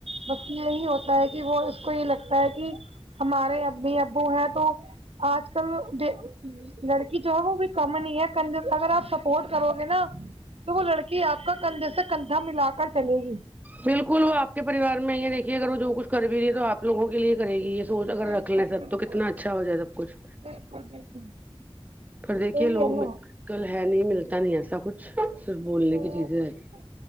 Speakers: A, on the right; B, on the right.
A: بس یہی ہوتا ہے کہ وہ اس کو یہ لگتا ہے کہ ہمارے امی ابو ہیں تو آج کل لڑکی جو ہے وہ بھی کم نہیں ہے کرنے اگر آپ سپورٹ کرو گے نا تو وہ لڑکی آپ کا کندھے سے کندھا ملا کر چلے گی
B: بالکل وہ آپ کے پریوار میں دیکھیے اگر وہ جو کچھ کر بھی رہی ہے تو آپ لوگوں کے لیے کرے گی یہ سوچ اگر
A: بالکل
B: رکھ لیں سب
A: بالکل
B: تو کتنا اچھا ہو جائے سب کچھ
A: بالکل بالکل
B: پھر دیکھیے
A: یہی
B: لوگ
A: ہے نا
B: میرکل ہے نہیں ملتا نہیں ایسا کچھ صرف بولنے
A: نہیں
B: کی چیزیں
A: ایسا
B: رہتی
A: کیسے